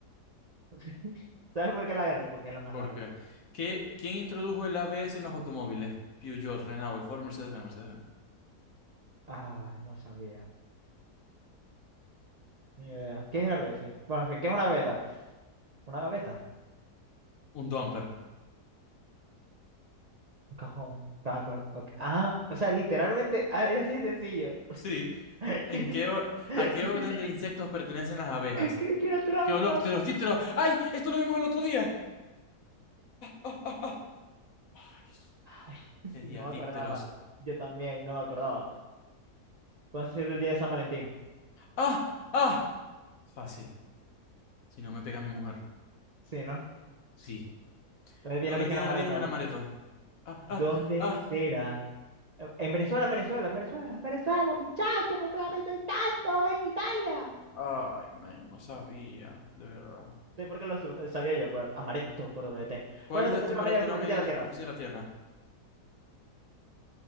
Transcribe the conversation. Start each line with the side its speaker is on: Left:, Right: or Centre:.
Right: <laughs> ¿Sabes por qué la agarré? Porque es la más
Left: ¿Por
Right: larga.
Left: qué? ¿Qué- ¿Quién introdujo el ABS en los automóviles? Peugeot, Renault, Ford, Mercedes-Benz, Mercedes-Benz.
Right: Ah, no sabía. Ni idea. ¿Qué es la PC? Bueno, en fin, ¿qué es una gaveta? Una gaveta.
Left: Un dumper.
Right: Un cajón. Ah, claro, ok. Ah, o sea, literalmente ah, era así de sencillo.
Left: Sí,
Right: <laughs>
Left: ¿en qué, o- a qué orden de insectos pertenecen las abejas?
Right: Creí que era trampa.
Left: Queolópteros, dípteros. ¡Ay! Esto lo vimos el otro día. ¡Ah, ah, ah! Ay, su-
Right: Ay, <laughs>
Left: Le
Right: sí,
Left: di
Right: no
Left: a
Right: me
Left: dípteros.
Right: acordaba. Yo también, no me acordaba. ¿Cuándo se celebra el día de San Valentín?
Left: ¡Ah, ah! Fácil. Si no me pega mi mujer.
Right: Sí, ¿no?
Left: Sí.
Right: ¿Dónde tiene
Left: ¿Dónde
Right: origen
Left: tiene
Right: la Amaretto?
Left: origen el amareto? ¡Ah,
Right: ¿Dónde
Left: ah, ah!
Right: será? En Venezuela, en Venezuela, en Venezuela, en Venezuela, muchacho, ¿por qué la pensáis tanto? Es en Italia.
Left: Ay, men, no sabía, de verdad.
Right: Sí, porque lo su- sabía yo, por amaretto, por doble T.
Left: ¿Cuál
Right: ¿Cuál es la
Left: es
Right: temperatura
Left: la temperatura
Right: media de la superficie
Left: media
Right: de la
Left: de
Right: Tierra?
Left: la superficie de la Tierra?